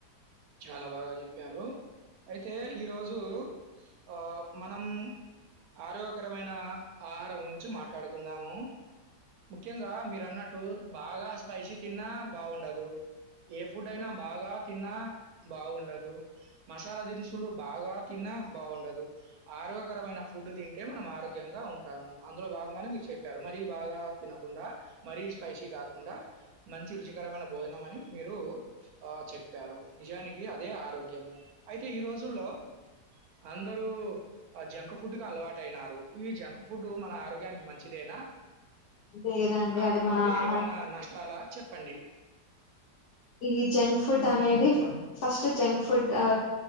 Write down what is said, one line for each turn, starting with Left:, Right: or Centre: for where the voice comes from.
Right: చాలా బాగా చెప్పారు అయితే ఈరోజు ఆ మనం ఆరోగ్యకరమైన ఆహారం గురించి మాట్లాడుకుందాము ముఖ్యంగా మీరు అన్నట్టు బాగా స్పైసీ తిన్నా బాగుండదు ఏ ఫుడ్ అయినా బాగా తిన్నా బాగుండదు మసాలా దినుసులు బాగా తిన్నా బాగుండదు ఆరోగ్యకరమైన ఫుడ్ తింటే మనం ఆరోగ్యంగా ఉంటాము అందులో భాగంగానే మీరు చెప్పారు మరీ బాగా తినకుండా మరి స్పైసీ కాకుండా మంచి రుచికరమైన భోజనం అని మీరు ఆ చెప్పారు నిజానికి అదే ఆరోగ్యము అయితే ఈ రోజుల్లో అందరూ జంక్ ఫుడ్ క్ అలవాటయినారు ఈ జంక్ ఫుడ్ మన ఆరోగ్యానికి మంచిదే న
Left: లేదండి
Right: కాకపోతే
Left: అది మన ఆహా
Right: ఏమైన నష్టాల చెప్ ప్పండి
Left: ఈ జంక్ ఫుడ్ అనేది ఫస్ట్ జంక్ ఫుడ్ ఆ